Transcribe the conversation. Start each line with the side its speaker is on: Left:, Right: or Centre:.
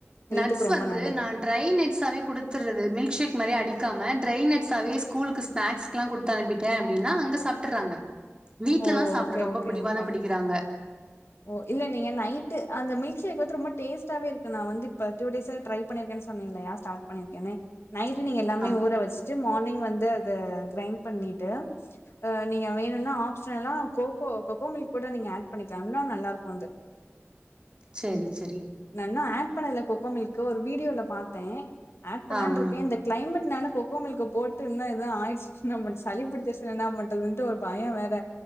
Left: ஹெல்த்துக்கு
Right: நட்ஸ்
Left: ரொம்ப
Right: வந்து
Left: நல்லது
Right: நான் ட்ரை நட்ஸாவே கொடுத்துருறது மில்க்ஷேக் மாரியே அடிக்காம ட்ரை நட்ஸாவே ஸ்கூலுக்கு ஸ்னாக்ஸ்கெலாம் கொடுத்து அனுப்பிட்டன் அப்படின்னா அங்க சாப்பிட்றாங்க வீட்ல
Left: ஓ
Right: எல்லாம் சாப்பிட
Left: ஓகே
Right: ரொம்ப
Left: ஓகேங்க்கா
Right: பிடிவாதம் புடிக்கிறாங்க
Left: ஓ இல்ல நீங்க நைட்டு அந்த மில்க் ஷேக் வந்து ரொம்ப டேஸ்டாவே இருக்கு நான் வந்துப்ப டூ டேஸ்ஸா ட்ரை பண்ணிருக்கேன்னு சொன்னேனில்லையா ஸ்டார்ட் பண்ணிருக்கேனு நைட்டு எல்லாமே
Right: ஆ
Left: ஊற வச்சு மார்னிங் வந்து அத கிரைண்ட் பண்ணிட்டு நீங்க வேணும்னா ஆப்ஷனல்லா கோகோ கோகோ மில்க் கூட நீங்க ஆட் பண்ணிக்க இன்னும் நல்லா இருக்கும் அது
Right: சேரி சேரி
Left: நல்லா ஆட் பண்ணல கோகோமில்க் ஒரு வீடியோல பார்த்தேன் ஆட் பண்ணலான்
Right: ஆ
Left: இருக்கேன்
Right: ஆ
Left: இந்த கிளைமேட்னால கோகோமில்க போட்டு இன்னு எது ஆயிடுச்சு நம்ம சளி பிடிச்சிச்சுனா என்ன பண்றதுன்னு ஒரு பயம் வேற